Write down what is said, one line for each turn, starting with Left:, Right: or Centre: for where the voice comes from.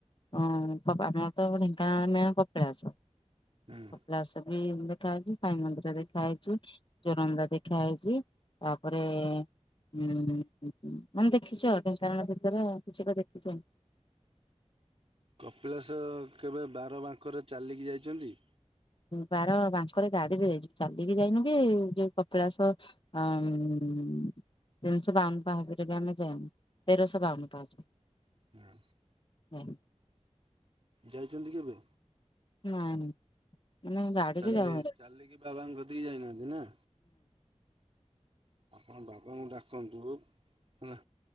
Left: ଆମର ତ ଢେଙ୍କାନାଳ ଲାଇନ କ କପିଳାସ
Right: ହୁଁ
Left: କପିଳାସ ବି ଦେଖାଇଛି ସାଇ ମନ୍ଦିର ଦେଖାହେଇଛି ଜୋରନ୍ଦା ଦେଖାହେଇଛି ତାପରେ ହୁଁ ମାନେ ଦେଖିଛୁ ଆଉ ଢେଙ୍କାନାଳ ଭିତରେ କିଛିଟା ଦେଖିଛୁ। <inaudible>
Right: କପିଳାସ କେବେ ବାର ବାଙ୍କରେ ଚାଲିକି ଯାଇଛନ୍ତି?
Left: ବାର ବାଙ୍କରେ ଗାଡ଼ିରେ ଯାଇଛୁ ଚାଲିକି ଯାଇନୁ କି ଯୋଉଁ କପିଳାସ ହୁଁ ତିନିଶହ ବାଉନ ପାହାଚରେ ବି ଆମେ ଯାଇନୁ ତେରଶହ ବାଉନ ପାହାଚ।
Right: ହୁଁ।
Left: ହୁଁ।
Right: ଯାଇଛନ୍ତି କେବେ?
Left: ନାଇଁ ନାଇଁ। ମାନେ ଗାଡିରେ
Right: ଚାଲି
Left: ଯାଉ ହୁଁ
Right: ଚାଲିକି ବାବାଙ୍କ କତିକି ଯାଇନାହାନ୍ତି ନା? ଆପଣ ବାବାଙ୍କୁ ଡାକନ୍ତୁ ହେଲା